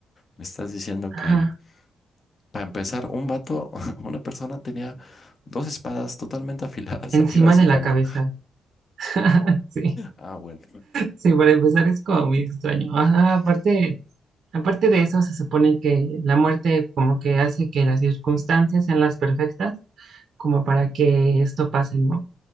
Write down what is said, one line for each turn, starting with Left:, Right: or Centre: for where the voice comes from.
Left: me estás diciendo
Right: ajá,
Left: que para empezar, un vato, <laughs> una persona tenía dos espadas totalmente afiladas
Right: encima
Left: <laughs> arriba de su
Right: de
Left: cama.
Right: la cabeza. <laughs> Sí,
Left: Ah, bueno,
Right: sí, para empezar es como muy extraño. Ajá, aparte, aparte de eso, se supone que la muerte como que hace que las circunstancias sean las perfectas, como para que esto pase, ¿no?